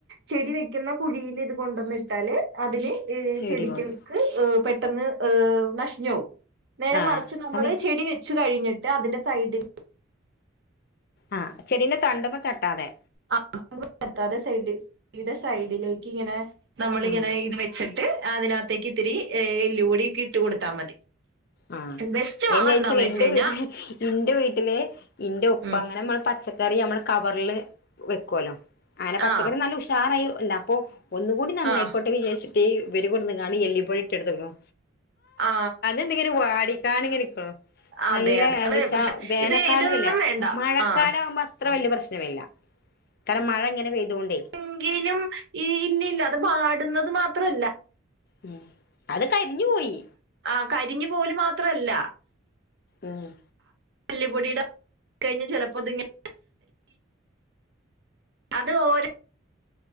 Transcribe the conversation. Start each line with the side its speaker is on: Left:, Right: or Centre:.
Right: ചെടി വെക്കുന്ന കുഴീലിത് കൊണ്ടുവന്നിട്ടാല് അതില് ഈ
Left: ചെടി
Right: ചെടികൾക്ക്
Left: പോലെ
Right: പെ പെട്ടെന്ന് ഹ് നശിഞ്ഞു പേവും നേരെ
Left: ആഹ്
Right: മറിച്ച് നമ്മള്
Left: അത്
Right: ചെടി വെച്ചു കഴിഞ്ഞിട്ട് അതിന്റെ സൈഡിൽ
Left: ആ ചെടീൻ്റെ തണ്ടുമ്പേ തട്ടാതെ
Right: ആ നമ്മള് പറ്റാതെ സൈഡ് സൈഡിലേക്ക് ഇങ്ങനെ നമ്മളിങ്ങനെ
Left: ആഹ്
Right: ഇത് വെച്ച് അതിനകത്തേക്ക് ഇത്തിരി എല്ലുപെടി ഇട്ട് കൊടുത്താ മതി
Left: ആ
Right: ബെസ്റ്റ് വളം
Left: എന്ന്
Right: എന്താന്ന്
Left: വച്ചാല്
Right: വെച്ച്
Left: എന്റെ
Right: കഴിഞ്ഞാ
Left: വീട്ടില് എന്റെ വീട്ടില് ഇന്റെ ഉപ്പ
Right: ഉം
Left: അങ്ങനെ പച്ച കറി നമ്മൾ കവറിൽ വെക്കുമല്ലോ അങ്ങനെ പച്ചക്കറി
Right: ആഹ്
Left: നല്ല ഉഷ് ഷാറയി ഉണ്ട അപ്പൊ ഒന്നുകൂടി നന്നായിക്കോട്ടെ
Right: ആഹ്
Left: വിചാരി ഇവരെ കൊണ്ടെന്ന്കാണ്ട്എല്ല് പൊടി ഇട്ടുകൊടുത്ത്ക്ക്ണ്
Right: ആ
Left: ത്തിരി വാടികാട് നിക്കണു
Right: അതെ
Left: നല്ല
Right: അതാണ്
Left: എന്താ വച്ചാ
Right: പ്രശ്നം
Left: വേനൽക്കാലം
Right: ഇത് ഇതൊന്നും
Left: അല്ലേ
Right: വേണ്ട
Left: മഴക്കാല
Right: ആഹ്
Left: ആവുമ്പ അത്ര വലിയ പ്രശ്നമില്ല കാരണം മഴ ഇങ്ങനെ പെയ്തുകോണ്ടേയി
Right: എങ്കിലും ഈ ഇല്ലില്ല അത് വാടുന്നത് മാത്രല്ല
Left: ഉം അത് കരിഞ്ഞു പോയി
Right: ആ കരിഞ്ഞു പോലും മാത്രല്ല
Left: ഉം
Right: എല്ല്പൊടിയുടെ കരിഞ്ഞ് ചിലപ്പോ ഇതങ്ങനെ അത് ഓരോ